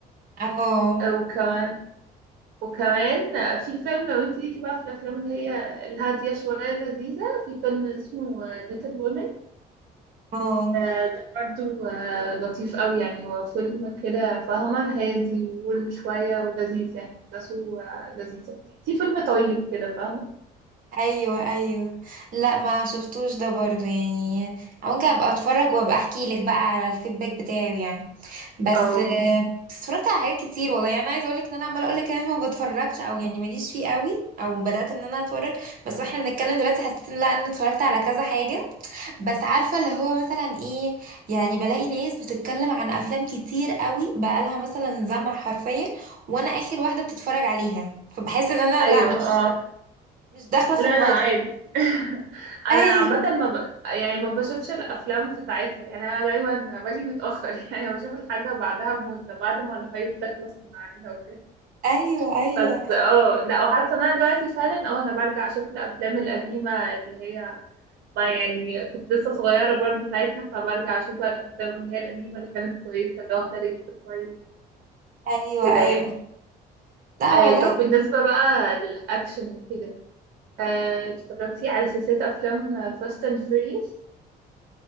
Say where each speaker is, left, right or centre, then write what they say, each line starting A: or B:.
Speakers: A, on the right; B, on the right.
A: اه
B: وكمان وكمان في فيلم لو انت ليكي بقى في الافلام اللي هي الهاديه شويه اللذيذه في فيلم اسمه ليتل وومن
A: اه
B: ده برضه آه، لطيف قوي يعني هو فيلم كده فاهمه هادي وورم شويه ولذيذ يعني احداثه آه، لذيذه في فيلم طيب كده فاهمه
A: ايوه ايوه لا ما شفتوش ده برضو يعني ممكن ابقى اتفرج وابقى احكي لك بقى على الفيدباك بتاعه يعني بس
B: اه
A: بس اتفرجت على حاجات كتير والله يعني انا عايزه اقول لك ان انا عماله اقول لك ان انا ما بتفرجش او يعني ماليش فيه قوي او بدات ان انا اتفرج بس واحنا بنتكلم دلوقتي حسيت ان لا انا اتفرجت على كذا حاجه بس عارفه اللي هو مثلا ايه يعني بلاقي ناس بتتكلم عن افلام كتير قوي بقالها مثلا زمن حرفيا وانا اخر واحده بتتفرج عليها فبحس ان انا
B: ايوه
A: لا مش
B: اه
A: مش داخله في
B: لا
A: الموضوع
B: لا عادي <laughs>
A: <laughs>
B: انا
A: أيوه.
B: عامه ما ب... يعني ما بشوفش الافلام في ساعتها يعني انا دايما باجي متاخر <laughs> يعني بشوف الحاجه بعدها بمده بعد ما الهايب تخلص من عليها وكده
A: ايوه ايوه
B: بس اه لا وحاسه ان انا دلوقتي فعلا اه انا برجع اشوف الافلام القديمه اللي هي ما يعني كنت لسه صغيره برضه ساعتها فبرجع اشوف بقى الافلام اللي هي القديمه اللي كانت كويسه اللي واخده ريتس كويس
A: ايوه
B: كده
A: ايوه
B: يعني
A: لا
B: آه
A: والله
B: طب بالنسبه بقى للاكشن وكده آه اتفرجتي على سلسله افلام فاست اند فيوريوس